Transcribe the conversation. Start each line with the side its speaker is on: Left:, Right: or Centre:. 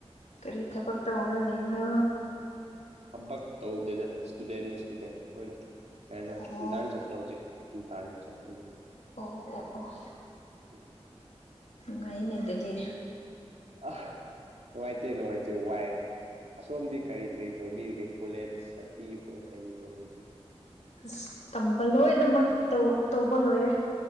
Left: ꯀꯔꯤ ꯊꯕꯛ ꯇꯧꯔ ꯂꯩꯕ꯭ꯔꯥ
Right: ꯊꯕꯛ ꯇꯧꯗꯦꯗ ꯏꯁꯇꯨꯗꯦꯟꯅꯦ ꯏꯁꯇꯨꯗꯦ ꯑꯩꯈꯣꯏꯗ ꯀꯩ ꯍꯥꯏꯇꯥꯔꯦ
Left: ꯑꯣ
Right: ꯟꯇꯅ ꯆꯠꯄ ꯍꯧꯖꯤꯛ ꯇꯥꯅꯤ ꯆꯠꯀꯅꯤ
Left: ꯑꯣ ꯑꯣ ꯑꯣ
Right: ꯎꯝ
Left: ꯅꯨꯡ ꯉꯥꯏꯅꯦ ꯑꯗꯨꯗꯤ
Right: ꯑ ꯅꯨꯡꯉꯥꯏꯇ ꯅꯨꯡꯉꯥꯏꯇ ꯋꯥꯏ ꯑꯁꯣꯝꯗꯤ ꯀꯔꯤ ꯀꯔꯤ ꯇꯧꯕꯤꯔꯤꯒꯦ ꯀꯣꯂꯦꯖ ꯆꯠꯄꯤꯕꯣ ꯀꯔꯤ ꯇꯧꯔꯤꯒꯦ
Left: ꯑꯁ ꯇꯝꯕ ꯂꯣꯏꯅꯃꯛ ꯇꯧꯕ ꯂꯣꯏꯔꯦ